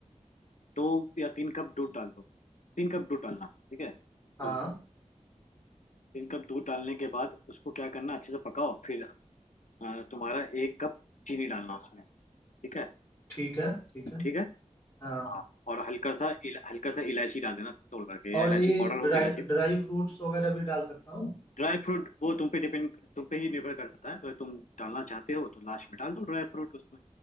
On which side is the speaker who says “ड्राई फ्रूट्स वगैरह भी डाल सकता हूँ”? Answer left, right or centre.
Left